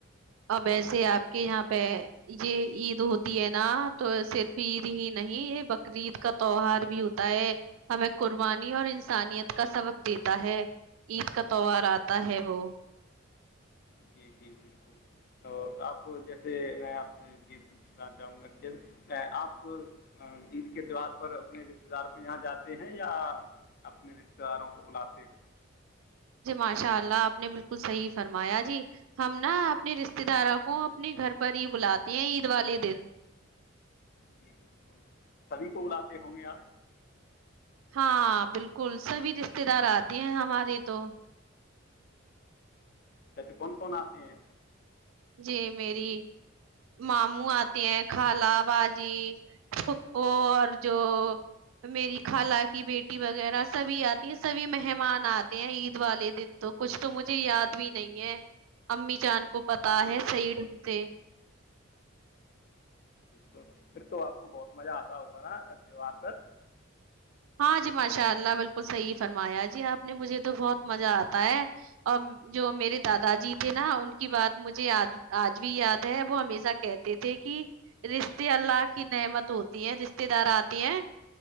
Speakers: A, on the right; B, on the left.
A: اب ایسے آپ کے یہاں پہ یہ عید ہوتی ہے نا تو صرف عید ہی نہیں یہ بقرعید کا تہوار بھی ہوتا ہے ہمیں قربانی اور انسانیت کا سبق دیتا ہے عید کا تووار آتا ہے وہ
B: جی جی بالکل اور آپ جیسے میں آپ سے یہ پوچھنا چاہوں گا کہ آپ عید کے تہوار پر اپنے رشتے دار کے یہاں جاتے ہیں یا اپنے رشتے داروں کو بلاتے ہو
A: جی ماشاء اللہ آپ نے بالکل صحیح فرمایا جی ہم نا اپنے رشتے داروں کو اپنے گھر پر ہی بلاتے ہیں عید والے دن
B: جی بالکل سبھی کو بلاتے ہوں گے آپ
A: ہاں بالکل سبھی رشتے دار آتے ہیں ہماریے تو
B: ایسے کون کون آتے ہیں
A: جی میری ماموں آتے ہیں خالہ باجی پھکو اور جو میری خالہ کی بیٹی وغیرہ سبھی آتی ہیں سبھی مہمان آتے ہیں عید والے دن تو کچھ تو مجھے یاد بھی نہیں ہے امی چاند کو پ
B: جی
A: ہے سڈ ت
B: ب پھر تو آپ کو بہت مزہ آتا ہوگا نا تہوار پر
A: ہاں جی ماشاء اللہ بالکل صحیح فرمایا جی آپ نے مجھے تو بہت مزہ آتا ہے اور جو میرے دادا جی تھے نا ان کی بات مجھے آج آج بھی یاد ہے وہ ہمیشہ کہتے تھے کہ رشتے اللہ کی نعمت ہوتی ہیں رشتے دار آتے ہیں